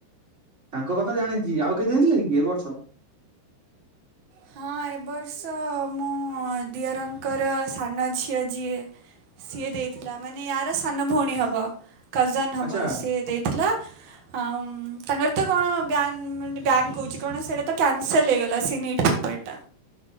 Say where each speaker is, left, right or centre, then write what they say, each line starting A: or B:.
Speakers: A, on the right (about 20°); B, on the right (about 45°).
A: ତାଙ୍କ କଥା ଜାଣିଚି, ଆଉ କିଏ ଦେଇଥିଲେ କି ଏ ବର୍ଷ?
B: ହଁ, ଏବର୍ଷ, ମୁଁ ଦିଅରଙ୍କର ସାନ ଝିଅ ଯିଏ ସିଏ ଦେଇଥିଲା, ମାନେ ୟାର ସାନ ଭଉଣୀ ହେବ, କଜନ ହେବ,
A: ଆଚ୍ଛା
B: ସିଏ ଦେଇଥିଲା ହଉ, ତାଙ୍କର ତ କଣ ବ୍ୟାନ, ମାନେ ବ୍ୟାନ୍ କହୁଚି, କଣ ସେଇଟା ତ କ୍ୟାନସଲ୍ ହେଇଗଲା, ସେ ନିଟ ପେପର ପଇଟା